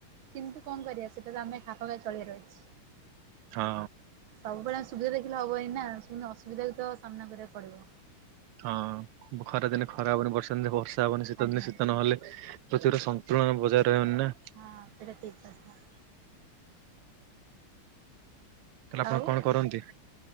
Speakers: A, on the right; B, on the right.
A: କିନ୍ତୁ କଣ କରିବା, ସେଇଟା ତ ଆମେ ଖାପଖାଇ ଚଳିବାର ଅଛି।
B: ହଁ
A: ସବୁବେଳେ ସୁବିଧା ଦେଖିଲେ ହବ ନି ନା, ସ୍ପୁନ ଅସୁ - ସୁବିଧା କୁ ତ ସାମ୍ନା କରିବାକୁ ପଡ଼ିବ।
B: ହଁ, ଖରାଦିନେ ଖରା ହବନି, ବର୍ଷାଦିନେ ବର୍ଷା ହବନି, ଶୀତ
A: ଆଜ୍ଞା
B: ଦିନ ଶୀତ ନହେଲେ ପୃଥିବୀର ସନ୍ତୁଳନ ବଜାଇ ରହିବନି ନା।
A: ହଁ ସେଟା ଠିକ୍ କଥା।
B: ତା, ହେଲେ ଆପଣ
A: ଆଉ
B: କଣ କରନ୍ତି?